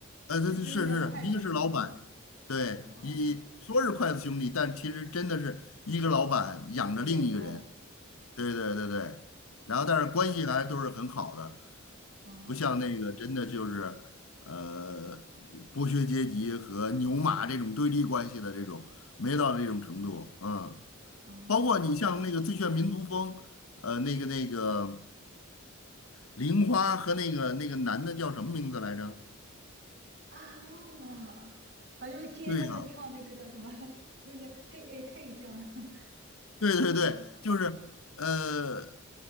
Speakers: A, on the left; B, on the right.
A: 呃，
B: 就真的叫筷子兄弟
A: 对对是是，一个是老板，对，
B: 哦，
A: 一说是筷子兄弟，但其实真的是一个老板养着另一个人。
B: 和员工，
A: 对对对对，然后但是关系还都是很好的。
B: 哦哦
A: 不像那个真的就是呃剥削阶级和牛马这种对立关系的这种，没到那种程度，嗯，
B: 哦
A: 包括你像那个《最炫民族风》，呃，那个那个玲花和那个那个男的叫什么名字来着？
B: 啊，忘了，反正就是天天在那唱那个叫什么，
A: 对呀、
B: 中间嘿哎嘿这样
A: 对对对，
B: 的地方，
A: 就是呃。